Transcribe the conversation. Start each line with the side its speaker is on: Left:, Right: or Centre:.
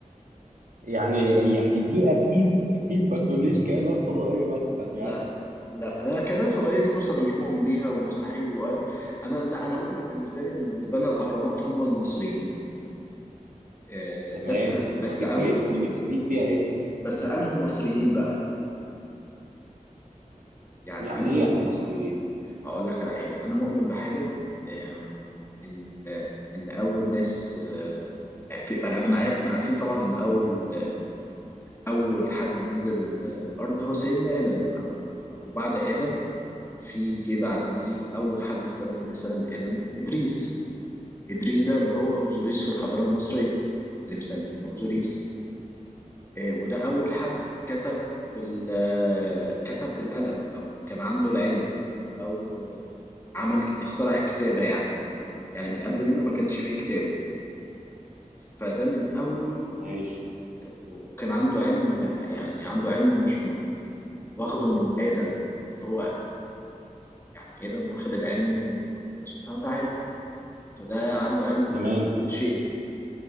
Right: يعني يعني دي اكيد اكيد ما تقوليش كائنات فضائيه مثلا يعني
Left: لا لا انا كناس فضائيه دي بص انا مش مؤمن بيها ومستحيل وقال انا لا انا مؤمن بالنسبه لي ان اللي بنى الاهرامات هم المصريين آه،
Right: تمام
Left: بس بس
Right: طب ما دي
Left: انه
Right: كويسه احنا متفقين فيها ايه
Left: بس انه مصريين بقى يعني
Right: يعني
Left: انه
Right: ايه يعني مصريين
Left: هقول لك على حاجة أنا مؤمن بحاجة آه، إن إن أول ناس آه، في أنا عارف إحنا عارفين طبعا إن أول أول حد نزل الأرض هو سيدنا آدم أو وبعد آدم في جه بعديه أول حد استلم الرسالة من آدم إدريس إدريس ده اللي هو أوزوريس في الحضارة المصرية اللي مسمينه أوزوريس آه، وده أول حد كتب بال آه، كتب بالقلم أو كان عنده العلم أو آه، عمل اخترع الكتابة يعني يعني من قبل منه ما كانش فيه كتابة فده من أول
Right: ماشي
Left: وكان عنده علم يعني عنده علم مش م... يعني واخده من آدم اللي هو يعني آدم واخد العلم من ربنا سبحانه وتعالى فده عنده علم
Right: تمام
Left: لكل شيء